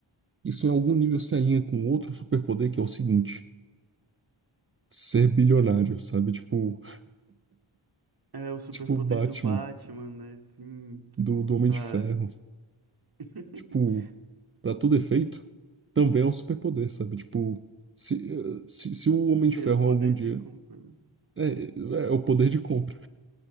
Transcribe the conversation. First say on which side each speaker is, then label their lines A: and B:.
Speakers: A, on the right (about 30°); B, on the right (about 50°).
A: Isso em algum nível se alinha com outro superpoder que é o seguinte: ser bilionário, sabe? Tipo,
B: é o superpoder
A: tipo o Batman
B: do Batman, né? Sim,
A: do, do Homem
B: claro.
A: de Ferro.
B: <laughs>
A: Tipo, pra todo efeito, também é um superpoder, sabe? Tipo, se, eh, se, se o Homem de
B: Ter
A: Ferro
B: o poder
A: algum dia.
B: de compra, né?
A: É, é é o poder de compra.